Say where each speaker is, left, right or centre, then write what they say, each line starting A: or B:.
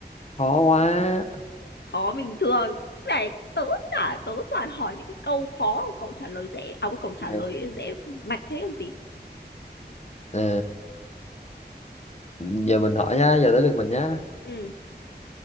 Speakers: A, on the left (about 40°); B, on the left (about 70°).
A: khó quá
B: khó bình thường. Này, tớ chả, tớ toàn hỏi những cái câu khó, cậu trả lời dễ, à cái câu trả
A: Này,
B: lời dễ mạch thế làm gì?
A: ờ, giờ mình hỏi nha giờ tới lượt mình nhá
B: Ừ,